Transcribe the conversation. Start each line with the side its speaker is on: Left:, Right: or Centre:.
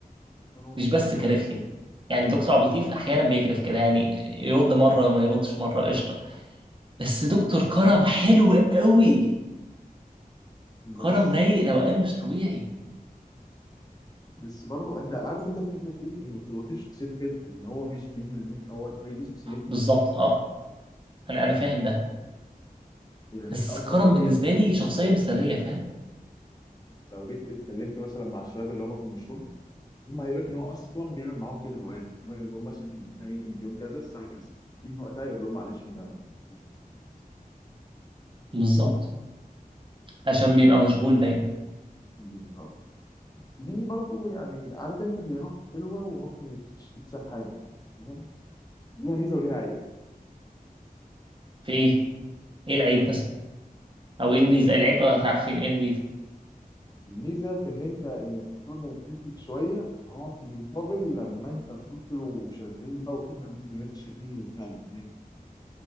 Left: دكتور
Right: مش
Left: ممكن
Right: بس
Left: يمشيلك
Right: كارف
Left: الدنيا
Right: لي يعني دكتور عبد اللطيف احيانا بيكرف كده يعني يرد مره ما يردش مره قشطه بس دكتور كرم حلو قوي كرم
Left: بس
Right: رايق روقان مش طبيعي
Left: بس برضه انت عارف انت الفكره في ايه؟ ان عبد اللطيف شخصيته كده ان هو مش بيعمل ميك هو هي دي شخصيته
Right: بالظبط اه انا انا فاهم ده
Left: يعني
Right: بس
Left: انت اصلا
Right: كرم
Left: لو
Right: بالنسبه
Left: جيت
Right: لي شخصيه مثاليه فاهم
Left: لو جيت اتكلمت مثلا مع الشباب اللي هم في المشروع هم هيقول لك ان هو اصلا بيعمل معاهم كده اوقات ان هو يقول لهم مثلا احنا عندنا ميتنج يوم كذا الساعه كذا يجي وقتها يقول لهم معلش ما فيش meeting دلوقتي.
Right: بالظبط عشان بيبقى مشغول دايما
Left: بالظبط دي برضو يعني عارف انت هي نقطه حلوه ونقطه مش احسن حاجه تمام ليها ميزه وليها عيب
Right: في ايه ايه العيب بس او ايه الميزه
Left: العيب-
Right: العيب آه، عارفين ايه الميزه
Left: الميزه في ان انت ان الدكتور هيكلف لك شويه فهو في المقابل لما انت تروح له شغال بقى وبتبقى قادر ان انت شغال فعلا